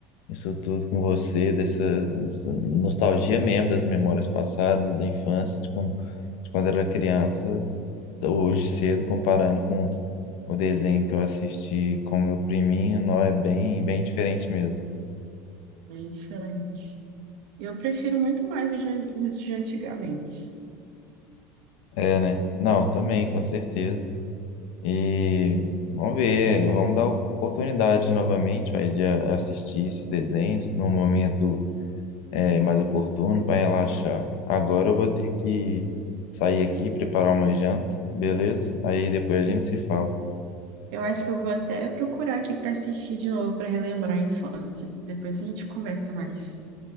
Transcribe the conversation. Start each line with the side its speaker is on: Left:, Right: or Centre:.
Left: Isso tudo com você, dessa, dessa nostalgia mesmo das memórias passadas, da infância, de, como, de quando era criança, hoje cedo, comparando com o desenho que eu assisti com meu priminho, não é bem, bem diferente mesmo.
Right: É diferente. Eu prefiro muito mais os de, os de antigamente.
Left: É, né? Não, também, com certeza. E vamos ver, vamos dar oportunidade novamente, vai, de a- assistir esse desenho num momento é mais oportuno para relaxar. Agora eu vou ter que sair aqui, preparar uma janta, beleza? Aí depois a gente se fala.
Right: Eu acho que eu vou até procurar aqui para assistir de novo, para relembrar a infância. Depois a gente conversa mais.